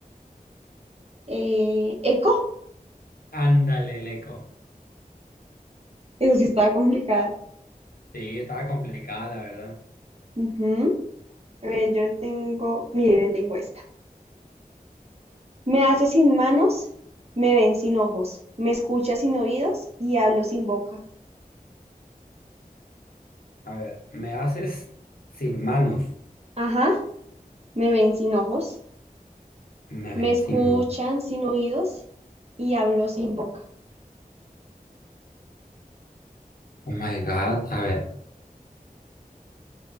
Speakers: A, on the right; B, on the left.
A: Eh, eco,
B: Ándale, el eco
A: eso sí estaba complicada.
B: Sí, estaba complicada, la verdad.
A: Ujú. A ver, yo tengo, mire, le tengo esta. Me hace sin manos, me ven sin ojos, me escucha sin oídos y hablo sin boca.
B: A ver, me haces sin manos.
A: Ajá, me ven sin ojos,
B: Me
A: me
B: ven
A: escuchan
B: sin no.
A: sin oídos y hablo sin boca.
B: Oh my God. A ver,